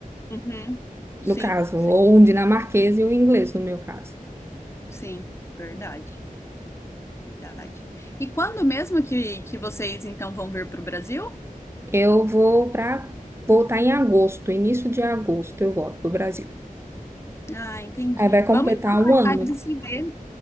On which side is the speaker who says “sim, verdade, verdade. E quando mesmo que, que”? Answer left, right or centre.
Left